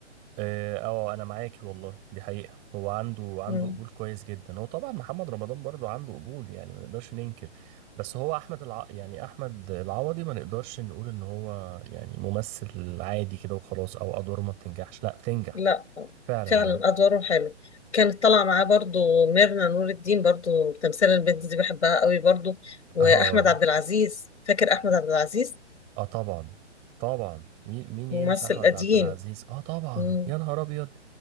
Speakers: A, on the right (about 15°); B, on the left (about 75°).
A: اه آه، انا معاكي والله دي حقيقة هو عنده عنده
B: مم.
A: قبول كويس جدا هو طبعا محمد رمضان برضو عنده قبول يعني ما نقدرش ننكر بس هو احمد الع... يعني احمد العوضي ما نقدرش نقول ان هو يعني ممثل عادي كده وخلاص او ادواره ما بتنجحش لا بتنجح
B: لا
A: فعلا
B: فعلا
A: يعني
B: ادواره حلو كانت طالعه معاه برضو ميرنا نور الدين برضو تمثال البنت دي بحبها قوي برضو واحمد
A: اه
B: عبد العزيز فاكر احمد عبد العزيز
A: اه طبعا طبعا مين مين
B: ممثل
A: ينسى احمد
B: قديم
A: عبد العزيز اه طبعا
B: مم.
A: يا نهار ابيض